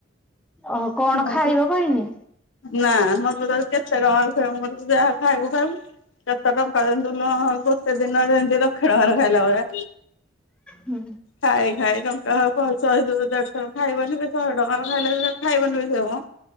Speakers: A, in the centre; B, on the left.
A: ଓହୋ କଣ
B: ମୁଁ
A: ଖାଇବ କହିନି?
B: ନା ମତେ ତ କେତେ ଟଙ୍କାର ଖଇବୁ ମୁଁ କହିଲି ତୁ ଯାହା ଖାଇବୁ ଖାଇବୁ। କେତେ ଟଙ୍କା ଦିଅନ୍ତୁ ନୁ ଗୋତେ ଦିନ ଯେନ୍ତି ଲକ୍ଷେ ଟଙ୍କାରେ ଖାଇଲା ଭଳିଆ।
A: ହୁଁ।
B: ଖାଇ ଖାଇ ଟଙ୍କା ପଞ୍ଚହ ଦେଢଶହ ଟଙ୍କା ଖାଇବନି ଶହେ ଟଙ୍କାର ଖାଇଲେ ଖାଇବନି ସେ ମ